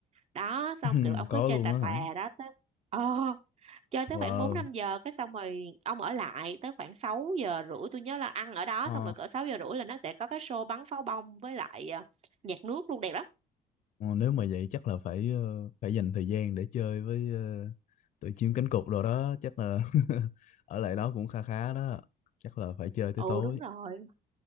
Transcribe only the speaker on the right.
đó xong
kiểu ông
cứ chơi
tà
tà
đó tới ờ chơi tới
khoảng bốn năm giờ cái xong rồi ông ở lại tới khoảng sáu giờ rưỡi tôi nhớ là ăn ở đó
xong rồi cỡ sáu giờ rưỡi là nó sẽ có cái show bắn pháo bông với lại ờ, nhạc nước luôn đẹp lắm
ừ
đúng rồi